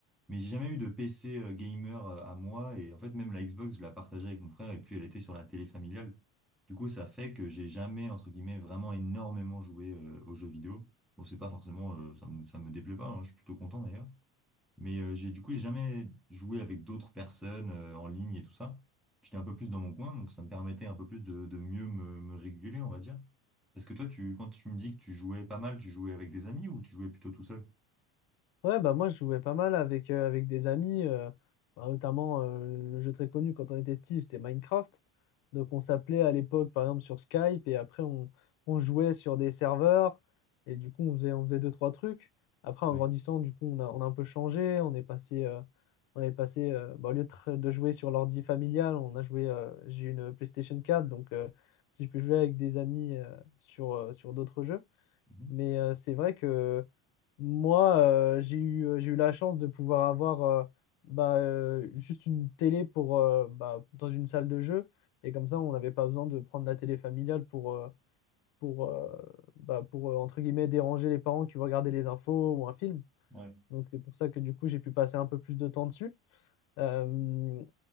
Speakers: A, in the centre; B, on the left.
A: Mais j'ai jamais eu de PC euh, gamer euh, à moi et en fait même la Xbox je la partageais avec mon frère et puis elle était sur la télé familiale. Du coup ça fait que j'ai jamais entre guillemets vraiment énormément joué euh, aux jeux vidéo. Bon c'est pas forcément euh, ça me, ça me déplaît pas, hein, je suis plutôt content d'ailleurs. Mais euh, j'ai du coup j'ai jamais joué avec d'autres personnes euh, en ligne et tout ça. J'étais un peu plus dans mon coin donc ça me permettait un peu plus de, de mieux me, me réguler on va dire. Parce que toi tu quand tu me dis que tu jouais pas mal, tu jouais avec des amis ou tu jouais plutôt tout seul?
B: Ouais, bah moi je jouais pas mal avec, euh, avec des amis, euh, bah, notamment euh, le jeu très connu quand on était petit, c'était Minecraft. Donc on s'appelait à l'époque par exemple sur Skype et après on, on jouait sur des serveurs et du coup on faisait, on faisait deux, trois trucs. Après en
A: Ouais.
B: grandissant, du coup on a, on a un peu changé, on est passé, euh, on est passé euh, bah, au lieu de, tra- de jouer sur l'ordi familial, on a joué, euh, j'ai une PlayStation 4 donc euh, j'ai pu jouer avec des amis euh, sur, euh, sur d'autres jeux.
A: Mhm.
B: Mais euh, c'est vrai que moi, euh, j'ai eu, euh, j'ai eu la chance de pouvoir avoir euh, bah, euh, juste une télé pour, euh, bah, dans une salle de jeu. Et comme ça, on n'avait pas besoin de prendre la télé familiale pour, euh, pour, euh, bah, pour euh, entre guillemets, déranger les parents qui vont regarder les infos ou un film.
A: Ouais.
B: Donc c'est pour ça que du coup, j'ai pu passer un peu plus de temps dessus. Euh,